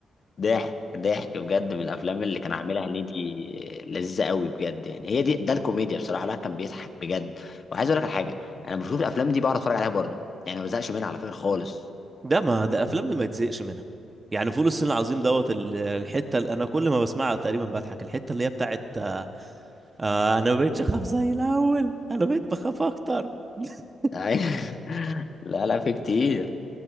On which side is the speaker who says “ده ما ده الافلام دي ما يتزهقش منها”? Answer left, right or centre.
Right